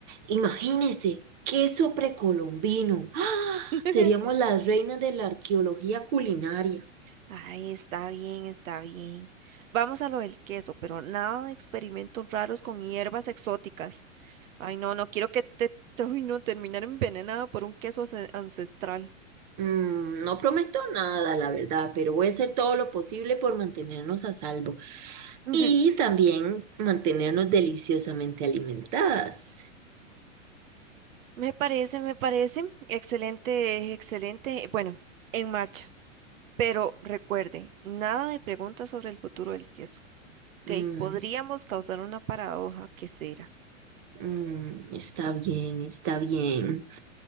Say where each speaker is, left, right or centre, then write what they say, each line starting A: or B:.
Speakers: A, on the right; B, on the right.
A: Imagínese, queso precolombino. ¡Ah!
B: <laughs>
A: Seríamos las reinas de la arqueología culinaria.
B: Ay, está bien, está bien. Vamos a lo del queso, pero nada de experimentos raros con hierbas exóticas. Ay, no, no quiero que te, <laughs> te- ay, no, terminar envenenada por un queso ace- ancestral.
A: Mm, no prometo nada, la verdad, pero voy a hacer todo lo posible por mantenernos a salvo
B: Ujú.
A: y también mantenernos deliciosamente alimentadas.
B: Me parece, me parece. Excelente, excelente. Bueno, en marcha. Pero recuerde, nada de preguntas sobre el futuro del queso. Ok,
A: Mm,
B: podríamos causar una paradoja que será.
A: Mm, está bien, está bien.